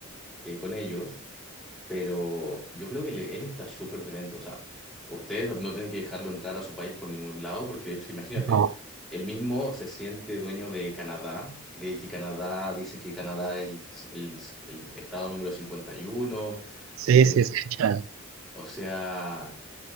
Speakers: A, in the centre; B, on the right (about 65°).
A: eh, con ellos. Pero yo creo que le- él está súper demente. O sea, ustedes no, no tienen que dejarlo entrar a su país por ningún lado, porque de hecho, imagínate,
B: no.
A: él mismo se siente dueño de Canadá, cree que Canadá, dice que Canadá es el, el el estado número cincuenta y uno
B: Sí,
A: y que
B: sí, escuchado.
A: o sea,